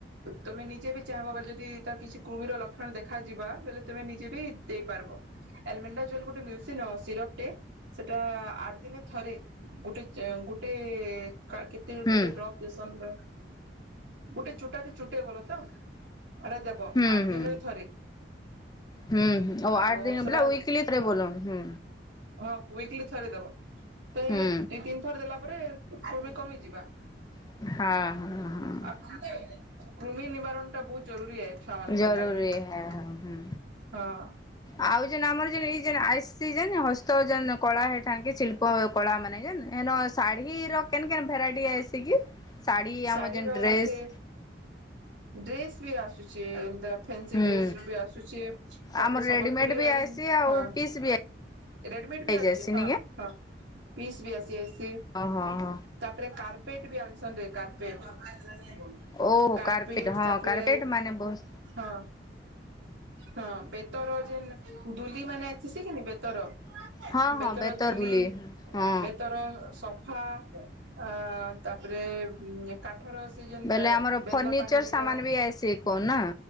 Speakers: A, on the right; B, on the left.
A: ତମେ ନିଜେ ବି ଚାହିଁବ ବୋଲି ଯଦି ତା କିଛି କୃମିର ଲକ୍ଷଣ ଦେଖାଯିବା ବେଲେ ତେମେ ନିଜେ ବି ଦେଇପାରିବ। ଏଲମେଣ୍ଡା ଜେଲ୍ ଗୋଟେ ମେଡିସିନ୍ ଆଉ ସିରପ୍ ଟେ ସେଟା ଆ ଆଠ ଦିନେ ଥରେ ଗୋଟେ ଏଁ ଗୋଟେ ଲେଖା କେତେ
B: ହୁଁ
A: ଗୋଟେ ଡ୍ରପ୍? ଏସନ୍ ର ଗୋଟେ ଚୁଟାତି ଚୁଟେ ଭଲ ତ। ଏଟା ଦେବ
B: ହୁଁ
A: ଆଠ
B: ହୁଁ।
A: ଦିନରେ ଥରେ।
B: ହୁଁ ହୁଁ ଓ ହୋ
A: ଆଉ
B: ଆଠ ଦିନ
A: ସେଟା
B: ବୋଲେ ୱକିଲରେ ବୋଲ ହୁଁ।
A: ହଁ ୱକିଲ ଥରେ ଦବ। ତ ଏଇ
B: ହୁଁ
A: ଦୁଇ ତିନି ଥର ଦେଲା ପରେ କୃମି କମିଯିବା?
B: ହଁ ହଁ ହଁ।
A: ଆଉ କୃମି ନିବାରଣ ଟା ବହୁତ ଜରୁରୀ ଏଇ ଛୁଆ ମାନଙ୍କର
B: ଜରୁରୀ
A: ଲାଗି ହଁ।
B: ହେ ହୁଁ। ଆଉ ଜନେ ଆମର ଯିଏ ଏଇ ଯିଏ ନା ହସି ହସ ଯେନ କଳା ହେଇଥାନ୍ କି ଶିଳ୍ପ କଳା ମାନେ ଯେ ଏନ ଶାଢୀର କେନ କେନ ଭେରାଇଟି ଆସିକି ଶାଢ଼ୀ
A: ଶାଢୀର
B: ଆମର ଯେନ୍ ଡ୍ରେସ୍
A: ସେ ଡ୍ରେସ୍ ବି ଆସୁଛି ଏନ୍ତା। ଫ୍ୟାନ୍ସି
B: ହୁଁ।
A: ଡ୍ରେସ୍ ର ବି ଆସୁଛେ ତାପରେ
B: ଆମର
A: ସମ୍ବଲପୁରୀ
B: ରେଡିମେଡ୍ ବି
A: ଏଁ
B: ଆଇସି ଆଉ
A: ହଁ।
B: ପିସ୍ ବି
A: ରେଡି
B: ଆଇଯାଏସି
A: ମେଟ୍ ବି ଆସୁଛି ହଁ
B: ନିକେ।
A: ହଁ ପିସ୍ ବି ଆସିଯାଇ
B: ଓ ହୋ ହଁ।
A: ତାପରେ କାର୍ପେଟ ବି ଆଣିସନ କାର୍ପେଟ।
B: ଓହୋ
A: କାର୍ପେଟ
B: ହଁ
A: ତାପରେ
B: କାର୍ପେଟ ମାନେ ବହୁତ
A: ହଁ। ହଁ ବେତର ଯେନେ ଦୁଲି ମାନେ ଉଁଛିକି ନେବେ ବେତର।
B: ହଁ
A: ବେତର
B: ହଁ ବେତରଦୁଲି
A: ଦୁଲି
B: ହଁ
A: ବେତର ସ ଫା ଆଁ ତାପରେ ଉଁ କାଠର ସେଇ ଯେନେ
B: ବୋଇଲେ ଆମର
A: ବେଲା
B: ଫର୍ଣ୍ଣିଚର
A: ପାଣି ପିଡା
B: ସାମାନ ବି ଆଇସି କଣ ନା